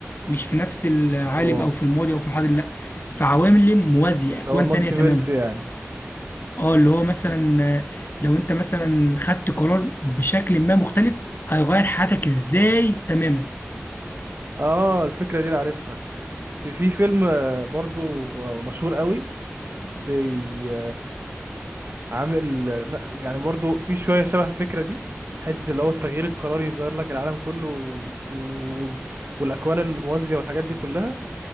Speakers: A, on the left; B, on the right.
A: مش في نفس العالم
B: واو
A: او في الماضي او في الحاضر لا في عوالم موازية
B: اللي
A: اكوان
B: هو المالتيفيرس
A: تانية تماما
B: يعني
A: اه اللي هو مثلا آه، لو انت مثلا خدت قرار بشكل ما مختلف هيغير حياتك ازاي تماما
B: اه الفكرة دي أنا عارفها في في فيلم آه، برضو آه، مشهور أوي بي عامل يعني برضو في شوية شبه الفكرة دي حتة اللي هو التغيير القراري يغير لك العالم كله وت- وال- والأكوان الموازية والحاجات دي كلها